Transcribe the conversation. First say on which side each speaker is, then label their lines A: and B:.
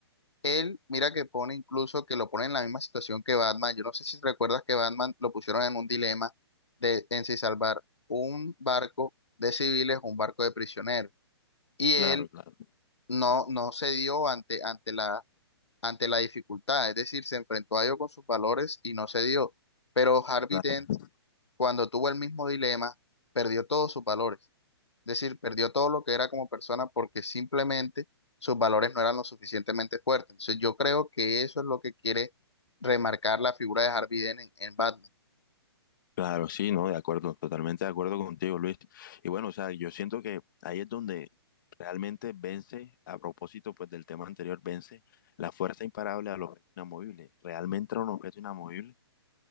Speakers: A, on the left; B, on the left.
A: él, mira que pone incluso que lo pone en la misma situación que Batman. Yo no sé si recuerdas que Batman lo pusieron en un dilema de en si salvar un barco de civiles o un barco de prisioneros. Y él
B: Claro, claro.
A: no, no cedió ante, ante la, ante la dificultad. Es decir, se enfrentó a ello con sus valores y no cedió. Pero Harvey
B: claro.
A: Dent, cuando tuvo el mismo dilema, perdió todos sus valores. decir, perdió todo lo que era como persona porque simplemente sus valores no eran lo suficientemente fuertes. Entonces yo creo que eso es lo que quiere remarcar la figura de Harvey Dent en, en Batman.
B: Claro, sí, no, de acuerdo, totalmente de acuerdo contigo, Luis. Y bueno, o sea, yo siento que ahí es donde realmente vence, a propósito pues del tema anterior, vence la fuerza imparable al objeto inamovible. Realmente era un objeto inamovible,